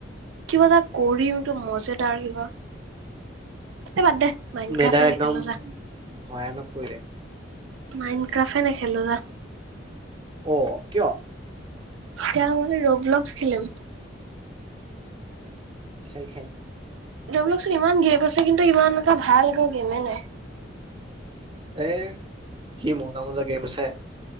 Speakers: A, on the right (about 85°); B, on the right (about 25°).
A: কিবা এটা কৰিম টো মজেদাৰ কিবা এই বাদ দে মাইন ক্ৰাফে
B: মেধা একদম
A: নেখেলো যা
B: ভয়ানক কৰিলে
A: মাইণ্ড ক্ৰাফে নেখেলো যা
B: অ কিয়
A: তেওঁ আমাৰ ৰব বলক্স খেলম
B: খেল খেল
A: ৰ বলকচোন ইমান গেপ আছে কিন্তু ইমান এটা ভালক গেমে নাই
B: এ কি মজা মজা গেম আছে